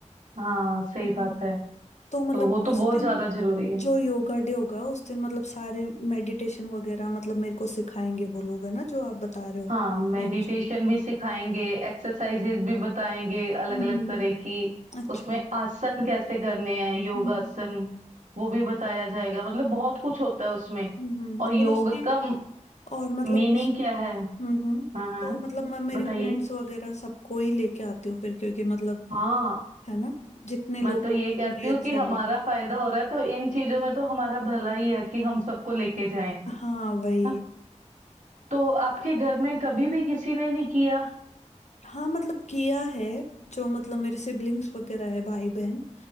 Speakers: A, on the right (about 80°); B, on the left (about 60°).
A: हाँ सही
B: हम्म।
A: बात है
B: तो मतलब
A: तो वो तो
B: उस
A: बहुत
B: दिन
A: ज्यादा जरूरी है
B: जो योगा डे होगा उस दिन मतलब सारे मेडिटेशन वगैरह मतलब मेरे को सिखाएंगे वो लोग है ना जो आप बता रहे हो
A: हाँ मेडिटेशन
B: एनजीओ
A: भी सिखाएंगे एक्सरसाइजेज भी बताएंगे अलग
B: हम्म
A: अलग तरह की
B: अच्छा
A: उसमें आसन कैसे करने हैं योगासन
B: हम्म
A: वो भी बताया जाएगा मतलब बहुत कुछ होता है उसमें
B: हम्म हम्म,
A: और योग
B: और उसकी
A: का
B: और मतलब
A: मीनिंग
B: उस
A: क्या है
B: हम्म हम्म
A: हाँ हाँ
B: तो मतलब मैं मेरी
A: बताइए
B: फ्रेंड्स वगैरह सबको ही लेके आती हूँ फिर क्योंकि मतलब
A: हाँ
B: है ना जितने लोगों
A: मैं तो ये
B: को उतना
A: कहती
B: ही
A: हूँ
B: अच्छा
A: कि हमारा
B: रहेगा
A: फायदा हो रहा है तो इन चीजों में तो हमारा भला ही है कि हम सबको लेके जाएं
B: हाँ वही
A: हाँ? तो आपके घर में कभी भी किसी ने नहीं किया
B: हाँ मतलब किया है जो मतलब मेरे सिबलिंग्स वगैरह है भाई बहन